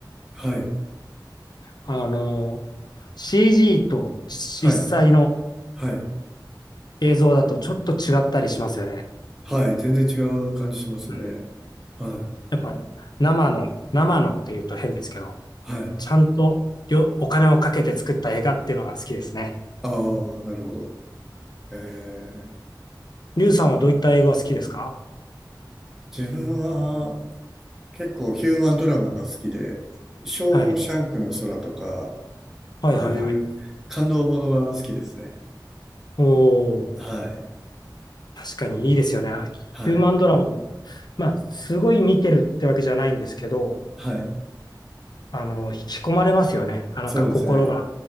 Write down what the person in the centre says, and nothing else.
はい。
はい。はい。
はい。全然違う感じしますね。
はい。
はい。
ああ、なるほど。ええ、
自分は、結構ヒューマンドラマが好きで、ショーシャンクの空とか、
ああいう感動ものが好きですね。
はい。
はい。
はい。
そうですね。